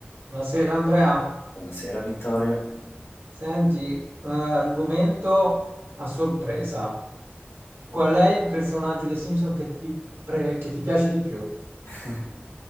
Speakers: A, on the right; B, on the left.
A: Buonasera Andrea,
B: Buonasera Vittorio.
A: senti, eh, argomento a sorpresa. Qual
B: Ok.
A: è il personaggio dei Simpson che ti, pre- che ti piace di più?
B: <laughs>